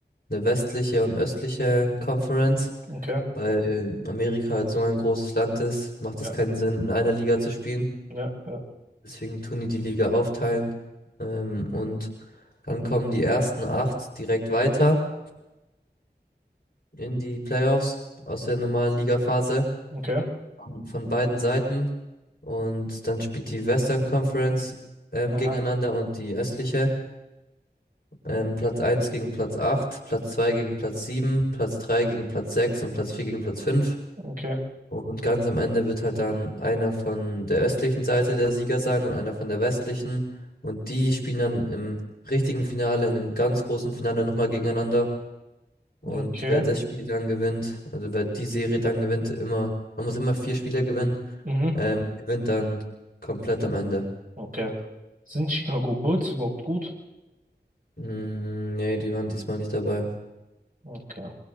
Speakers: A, on the left; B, on the right.
A: eine westliche und östliche Conference.
B: Okay.
A: Weil Amerika halt so ein großes Land ist, macht
B: Ja.
A: es keinen Sinn, in einer Liga zu spielen.
B: Ja. Ja.
A: Deswegen tun die die Liga aufteilen. Ähm, und dann kommen die ersten acht direkt weiter in die Playoffs aus der normalen Ligaphase.
B: Okay.
A: von von beiden Seiten. Und dann spielt die Western Conference ähm,
B: Aha.
A: gegeneinander und die östliche. Ähm, Platz eins gegen Platz acht Platz 2 gegen Platz sieben Platz 3 gegen Platz 6 und Platz 4 gegen Platz fünf
B: Okay.
A: Und ganz am Ende wird halt dann einer von der östlichen Seite der Sieger sein und einer von der westlichen. Und die spielen dann im richtigen Finale, in einem ganz großen Finale nochmal gegeneinander. Und
B: Okay.
A: wer das Spiel dann gewinnt, also wer die Serie dann gewinnt, immer, man muss immer vier Spiele gewinnen,
B: Mhm.
A: ähm, gewinnt dann komplett am Ende.
B: Okay. Sind Chicago Bulls überhaupt gut?
A: Mm, nee, die waren diesmal nicht dabei.
B: Okay.